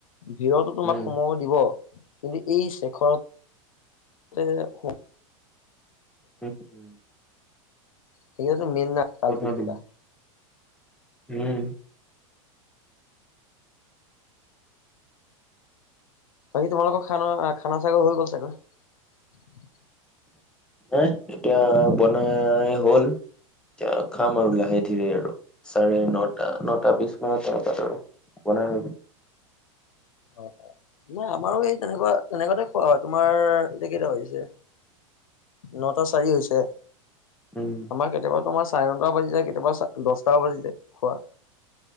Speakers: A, on the left; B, in the centre.
A: ভিৰতো তোমাক
B: উম,
A: সোমাব দিব। কিন্তু এই শেখৰ হতে
B: উম।
A: হ মেইন কালপিত
B: ক'তনো
A: কীতা
B: দিম উম
A: বাকী তোমালোকৰ খানা খানা চাগৰ হৈ গ'ল চাগৈ।
B: হ এতিয়া বনাই হ'ল এতিয়া খাম আৰু লাহে ধীৰে আৰু চাৰে নটা নটা বিশ মানত তেনেকাত আৰু বনাই হৈ গ।
A: অ অ নাই আমাৰো এই তেনেকুৱা তেনেকুৱাতে খোৱা হয় তোমাৰ এতিয়া কেইটা হৈছে নটা চাৰি হৈছে।
B: উম।
A: আমাৰ কেতিয়াবা তোমাৰ। চাৰে নটা বাজি যায় কেতিয়াবা। দহটা বাজি যায় খোৱা।